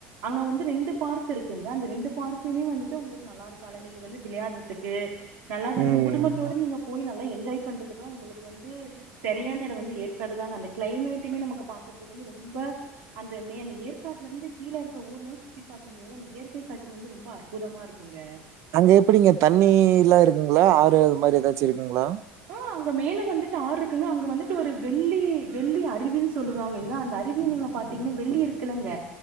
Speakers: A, on the right; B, on the right.
A: அங்க வந்து ரெண்டு பார்க் இருக்குங் க அந்த ரெண்டு பார்க்குமே வந்துட்டு உங்களுக்கு நல்லா இருக்கால நீங்க வந்து விளையாடுறதுக்கு நல்லா வந்து
B: ம்.
A: குடும்பத்தோடு நீங்க போய் நல்லா என் ஜாய் பண்றதுக்கா உங்களுக் கு வந்து சரியான எடோ வந்து ஏற் காடுதாங்க அந்த க்ளைமேட்டுமே நமக்கு பாக்குறதுக்கு வந்து ரொம்ப அந்த மே அந்த ஏற்காட்ல இருந்து கீழ இருக்க ஊரெல்லா சுத்தி பாக்கும்போது அந்த இயற் கை காட்சி வந்து ரொம்ப அற்புதமா இருக்குங்க
B: அங்க எப்டிங்க தண்ணில்லா இருக்குங்களா ஆறு அது மாரி ஏதாச்சு இருக்குங்களா
A: ஆ அங்க மேல வந்துட்டு ஆறு இருக்குங்க அங்க வந்துட்டு ஒரு வெள்ளி வெள்ளி அருவின் சொல்லுவாங்கங்க அந்த அருவிய நீங்க பாத்தீங்னா வெள்ளி இருக்குலங்க